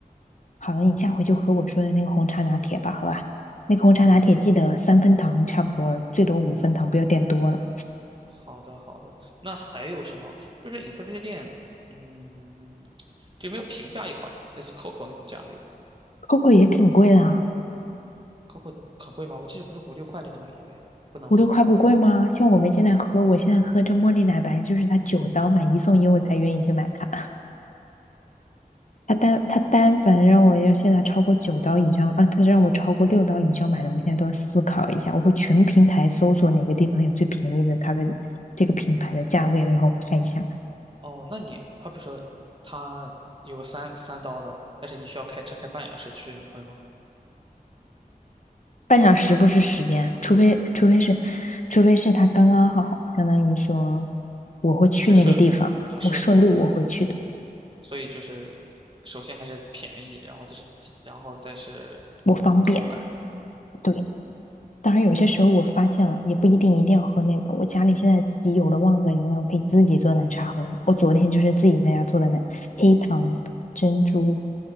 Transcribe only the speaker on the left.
好了，你下回就喝我说的那个红茶拿铁吧，好吧？那个红茶拿铁记得三分糖差不多了，
最多五分糖，不要点多了。
Coco 也挺贵的啊，
五六块不贵吗？
像我们现在喝，我现在喝这茉莉奶白，就是它九刀买一送一，我才愿意去买它。它单它单反让我要现在超过九刀以上啊，它让我超过六刀以上买的，我现在都要思考一下，我会全平台搜索哪个地方有最便宜的它的这个品牌的价位，然后看一下。
半小时不是时间，除非除非是，除非是他刚刚好，相当于说我会去那个地方，
我顺路我会去的，
我方便。
对，当然有些时候我发现了，
也不一定一定要喝那个。我家里现在自己有了旺仔牛奶，我可以自己做奶茶喝。我昨天就是自己在家做的奶，黑糖珍珠